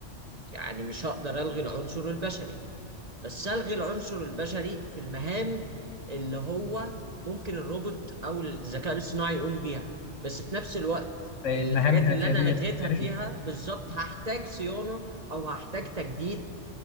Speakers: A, on the right; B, on the left.
A: يعني مش هقدر ألغي العنصر البشري بس ألغي العنصر البشري في المهام اللي هو ممكن الروبوت أو الذكاء الاصطناعي يقوم بيها بس في نفس الوقت
B: زي
A: الحاجات
B: المهام الاتياديه
A: اللي أنا لغيتها
B: التكراريه
A: فيها بالظبط هحتاج صيانة أو هحتاج تجديد